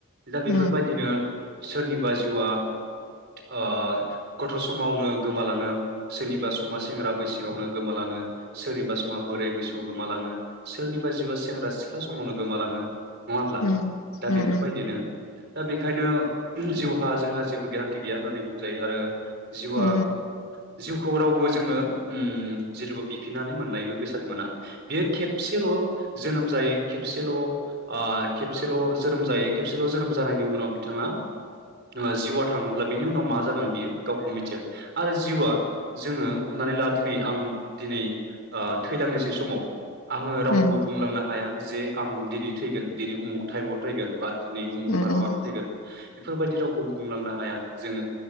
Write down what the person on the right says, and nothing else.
दा बेफोरबायदिनो
सोरनिबा जिउआ ओ गथ' समावनो गोमालाङो सोरनिबा समा सेंग्रा बैसोआवनो गोमालाङो सोरनिबा समा बोराइ बैसोआव गोमालाङो सोरनिबा जिउआ सेंग्रा सिख्ला समावनो गोमालाङो। नङा होमब्ला
दा
बेफोरबायदिनो
दा बे बेखायनो जिउहा जोंहा जेबो गेरानन्थि गैया होननानै बुंजायो आरो जिउआ
जिउखौ रावबो जोङो उम जेरबो बिफिननानै मोननायबो बेसाद मोना। बेयो खेबसेल' जोनोम जाय खेबसेल' आ खेबसेल' जोनोम जायो खेबसेल' जोनोम जानायनि उनाव बिथाङा ओ जिउ आ अब्ला बेनि उनाव मा जागोन बियो गावखौ मिथिया आरो जिउआ जोङो हमनानै ला दिनै आं दिनै आं थैलांनोसै समाव आङो रावखौबो
बुंलांनो हाया। जे आं दिनै थैगोन दिनै उमुक टाइमाव थैगोन बा दिनै उमुखपाराव
आं थैगोन। बेफोरबायदि रावखौ बुंलांना हाया जोङो